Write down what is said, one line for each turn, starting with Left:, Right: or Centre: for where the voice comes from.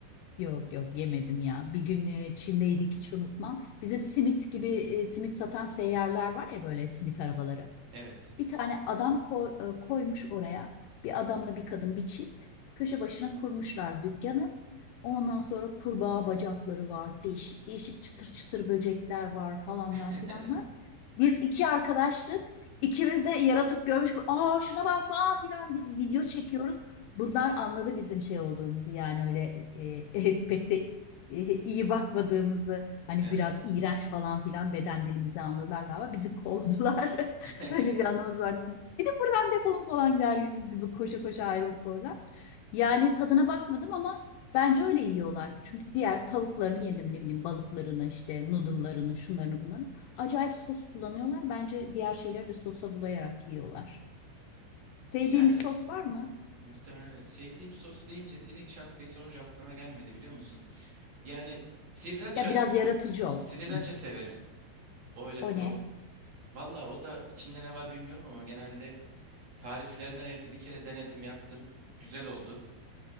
Left: Yok yok yemedim ya. Bir gün e, Çin'deydik hiç unutmam. Bizim simit gibi e, simit satan seyyarlar var ya böyle simit arabaları.
Right: Evet.
Left: Bir tane adam ko- e, koymuş oraya. Bir adamla bir kadın bir çift. Köşe başına kurmuşlar dükkanı. Ondan sonra kurbağa bacakları var. Değişik değişik çıtır çıtır böcekler var falanlar
Right: <laughs>
Left: filanlar. Biz iki arkadaştık. İkimiz de yaratık görmüş. Aa şuna bak falan filan bir video çekiyoruz. Bunlar anladı bizim şey olduğumuzu yani öyle e, <laughs> e, pek de e, iyi bakmadığımızı hani
Right: Evet.
Left: biraz iğrenç falan filan beden dilimizi anladılar galiba bizi kovdular.
Right: <laughs>
Left: <laughs> Öyle bir anımız var. Bir de buradan defolun falan der gibi biz de bu koşa koşa ayrıldık oradan. Yani tadına bakmadım ama bence öyle yiyorlar. Çünkü diğer tavuklarını yedim ne bileyim balıklarını işte noodle'larını şunlarını bunlarını. Acayip sos kullanıyorlar. Bence diğer şeyleri de sosa bulayarak yiyorlar. Sevdiğin
Right: Yani
Left: bir sos var mı?
Right: Muhtemelen öyle. sevdiğim sos deyince direkt şak diye sorunca aklıma gelmedi biliyor musun? Yani sriracha,
Left: Ya biraz yaratıcı ol.
Right: sriracha
Left: Hı.
Right: severim. O öyle
Left: O
Right: tavuk.
Left: ne?
Right: Valla o da içinde ne var bilmiyorum ama genelde tariflerinden evde bir kere denedim yaptım. Güzel oldu.